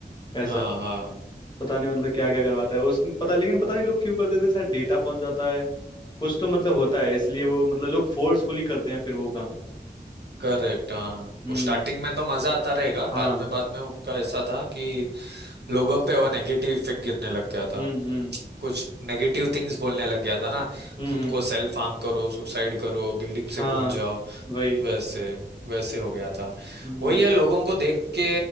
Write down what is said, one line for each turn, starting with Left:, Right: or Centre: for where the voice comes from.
Left: ऐसा
Right: हाँ हाँ
Left: पता नहीं मतलब क्या क्या करवाता है उसमें पता लेकिन पता नहीं लोग क्यों करते थे शायद डेटा पहुंच जाता है कुछ तो मतलब होता है इसलिए वो मतलब लोग फोर्सफुली करते हैं फिर वो काम
Right: करेक्ट हाँ
Left: हम्म
Right: वो स्टार्टिंग में तो मजा आता रहेगा
Left: हाँ
Right: बाद में बाद में उनका ऐसा था कि लोगों पे वो नेगेटिव इफेक्ट गिरने लग गया था
Left: हम्म हम्म
Right: कुछ नेगेटिव थिंग्स बोलने लग गया था ना
Left: हम्म
Right: खुद
Left: हम्म,
Right: को सेल्फ हार्म करो सुसाइड करो बिल्डिंग से
Left: हाँ
Right: कूद जाओ
Left: वही
Right: वैसे वैसे हो गया था
Left: हम्म
Right: वही है लोगों को देख के